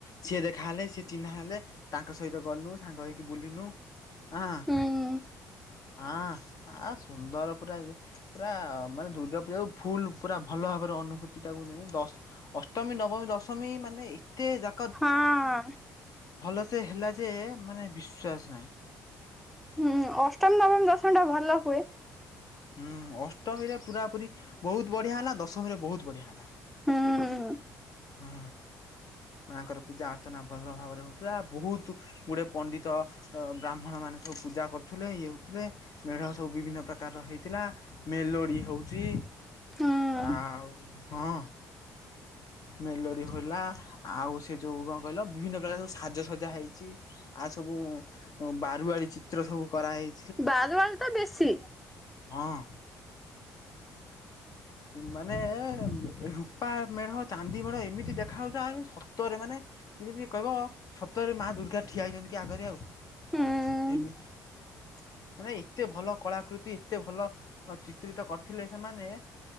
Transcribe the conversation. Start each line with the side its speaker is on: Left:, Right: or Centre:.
Left: ସିଏ ଦେଖାହଲେ ସି ଚିହ୍ନା ହେଲେ ତାଙ୍କ ସହିତ ଗଲୁ ସାଙ୍ଗ ହେଇକି ବୁଲିନୁ ହଁ।
Centre: ହୁଁ।
Left: ହଁ ଆ ସୁନ୍ଦର ପୁରା ପୁରା ମାନେ ଦୁର୍ଗା ପୂଜା ଫୁଲ ପୁରା ଭଲ ଭାବରେ ଅନୁଭୂତି ଟାକୁ ନେଲି ଦଶ ଅଷ୍ଟମୀ ନବମୀ ଦଶମୀ ମାନେ ଏତେ ଜା
Centre: ହଁ।
Left: ଭଲ ସେ ହେଲା ଯେ ମାନେ ବିଶ୍ୱାସ ନାହିଁ।
Centre: ହୁଁ ଅଷ୍ଟମି, ନବମ, ଦଶମି ଟା ଭଲ ହୁଏ।
Left: ହୁଁ ଅଷ୍ଟମୀରେ ପୁରା ପୁରୀ ବହୁତ ବଢିଆ ହେଲା। ଦଶମୀରେ ବହୁତ ବଢିଆ ହେଲା।
Centre: ହୁଁ।
Left: ହୁଁ ମାଆଙ୍କର ପୂଜା ଅର୍ଚ୍ଚନା ଭଲ ଭାବରେ ହଉଥିଲା ବହୁତ୍ ଗୁଡେ ପଣ୍ଡିତ ବ୍ରାହ୍ମଣ ମାନେ ସବୁ ପୂଜା କରୁଥିଲେ ଇଏ ହଉଥିଲେ। ମେଢ଼ ସବୁ ବିଭିନ୍ନ ପ୍ରକାରର ହେଇଥିଲା ମେଲୋଡ଼ି ହଉଛି।
Centre: ହୁଁ
Left: ଆଉ ହଁ। ମେଲୋଡି ହେଲା ଆଉ ସେ ଯୋଉ କଣ କହିଲ ବିଭିନ୍ନ ପ୍ରକାର ସବୁ ସାଜସଜା ହେଇଛି। ଆଉ ସବୁ ବାରୁଆଳି ଚିତ୍ର ସବୁ କରାହେଇ
Centre: ବାରୁଆଳି ତ ବେଶୀ।
Left: ହଁ। ମାନେ ରୂପା ମେଢ ଚାନ୍ଦି ମେଢ ଏମିତି ଦେଖା ହୋଉଥାଏ ସତରେ ମାନେ। ଏମିତି କହିବ ସତରେ ମା ଦୁର୍ଗା ଠିଆ ହେଇଛନ୍ତି କି ଆଗରେ ଆଉ
Centre: ହୁଁ
Left: ଏମିତି। ମାନେ ଏତେ ଭଲ କଳାକୃତି ଏତେ ଭଲ ଚିତ୍ରିତ କରିଥିଲେ ସେମାନେ।